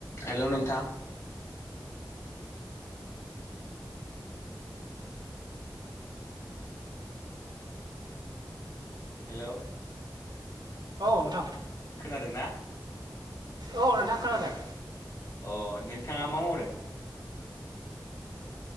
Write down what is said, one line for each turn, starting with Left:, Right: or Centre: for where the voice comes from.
Left: Hello नोंथां hello
Right: औ नोंथां
Left: खोनादोंना?
Right: औ नोंथां खोनादों
Left: अ नोंथाङा मा मावदों